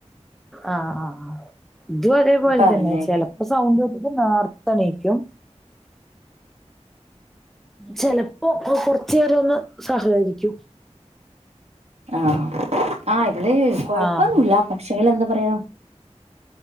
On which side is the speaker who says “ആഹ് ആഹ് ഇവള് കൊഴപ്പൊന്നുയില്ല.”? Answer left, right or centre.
Right